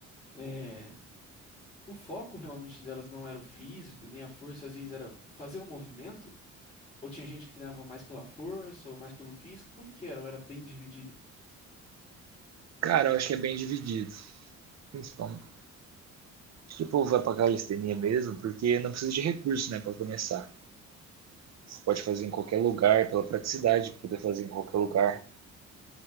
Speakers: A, on the left (about 20°); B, on the right (about 60°).
A: é, o foco realmente delas não era o físico, nem a força, às vezes era fazer o movimento? Ou tinha gente que treinava mais pela força ou mais pelo físico? Como que era? Ou era bem dividido?
B: Cara, eu acho que é bem dividido. Principalmente. Acho que o povo vai pra calistenia mesmo, porque não precisa de recurso, né, pra começar. Você pode fazer em qualquer lugar, pela praticidade, de poder fazer em qualquer lugar.